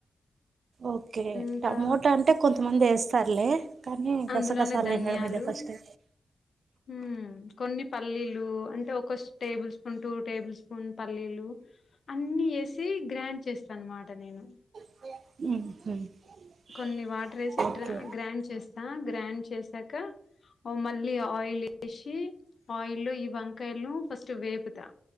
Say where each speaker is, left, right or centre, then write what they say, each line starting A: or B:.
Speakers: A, on the right; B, on the left.
A: ఓకే
B: ఇంకా
A: టమోటా అంటే కొంతమంది ఏస్తారులే కానీ
B: అందులోనే
A: గసగసాలు
B: ధన్యాలు
A: ఇనడం ఇదే ఫస్ట్ టై
B: హ్మ్ కొన్ని పల్లీలు అంటే ఒక టేబుల్ స్పూన్ టూ టేబుల్స్ ఉన్ పల్లీలు అన్నీ ఏసి గ్రాండ్ చేస్తా అన్నమాట నేను
A: <unintelligible>
B: కొన్ని వాటర్ ఏసి
A: ఓకే
B: డ్రా గ్రైండ్ చేస్త్ తా గ్రాండ్ చేశాక ఆ మళ్ళీ ఆయిల్ ఏషి ఆయిల్ లో ఈ వంకాయలను ఫస్ట్ వేపుతా